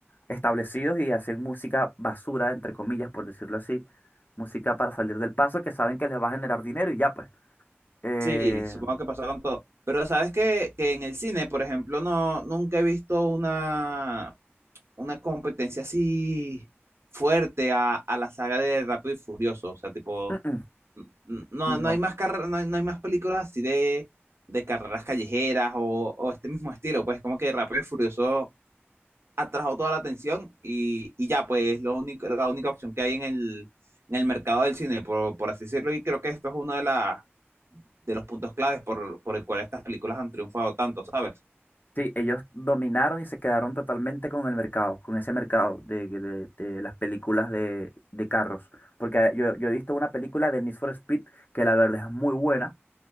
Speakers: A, on the left; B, on the right.
A: establecidos y hacen música basura, entre comillas, por decirlo así. Música para salir del paso que saben que les va a generar dinero y ya pues. Eh,
B: Sí, supongo que pasó con todo. Pero sabes que, que en el cine, por ejemplo, no, nunca he visto una, una competencia así fuerte a, a la saga de Rápido y Furioso. O sea, tipo,
A: mm, mm,
B: n- n- no,
A: No.
B: no hay más carre- no hay, no hay más películas así de, de carreras callejeras o, o este mismo estilo. Pues como que Rápido y Furioso atrajo toda la atención y, y ya, pues lo único, la única opción que hay en el, en el mercado del cine, por, por así decirlo, y creo que esto es uno de la de los puntos claves por, por el cual estas películas han triunfado tanto, ¿sabes?
A: Sí, ellos dominaron y se quedaron totalmente con el mercado, con ese mercado de, de- de las películas de, de carros. Porque eh, yo, yo he visto una película de Need for Speed que la verdad es muy buena,